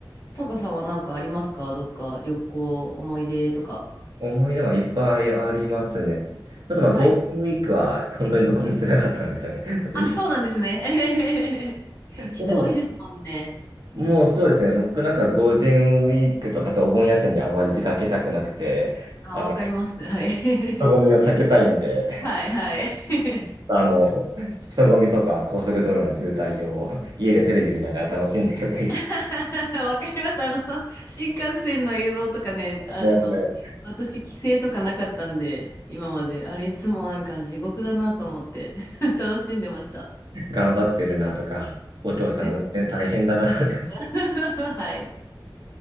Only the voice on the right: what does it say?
思い出はいっぱいありますね。ちょっとまあゴールデンウィークは本当にどこも行ってなかったんですよね。
<laughs> あとい
<laughs>
で、でも、もうそうですね。僕なんかゴールデンウィークとかとお盆休みあまり出かけたくなくて、
あの、
人混みを避けたいんで、
<laughs> あの、人混みとか高速道路の渋滞を <laughs> 家でテレビ見ながら楽しんでるという、
<laughs> ねね
頑張ってるなとか、お父さん運転大変だなっ